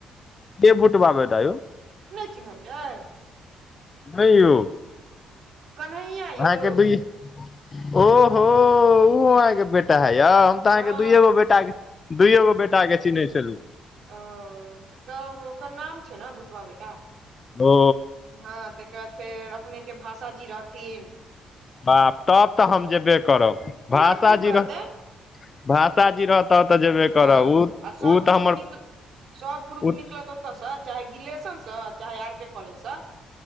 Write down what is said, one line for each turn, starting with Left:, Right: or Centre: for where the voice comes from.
Left: के भूटबा बेटा यौ।
Right: नहि चिन्हलियै।
Left: नहि यौ।
Right: कन्हैया
Left: अहाँके
Right: यौ
Left: दई ओहो उ अहाँके बेटा है यौ। हम तऽ अहाँके
Right: हँ
Left: दुइए गो बेटा क दुइए गो बेटाके चिन्है छलहुँ।
Right: ओ तब ओकर नाम छै ने भुटबा बेटा।
Left: ओ
Right: हँ तैके बाद फेर अपनेके भाषा जी रहथिन।
Left: बाप तब तऽ
Right: पू-
Left: हम जेबे
Right: पू-
Left: करब
Right: पू- पूरा
Left: भाषा
Right: ग्रुप
Left: जी
Right: रहतै
Left: रह भाषा जी रहत तब त जेबे करब
Right: हँ
Left: उ
Right: आ सब
Left: उ तऽ
Right: ग्रुप
Left: हमर
Right: निकल सब ग्रुप
Left: उ
Right: निकलत ओतय स चाहे गिलेशन सऽ चाहे आर के कॉलेज स।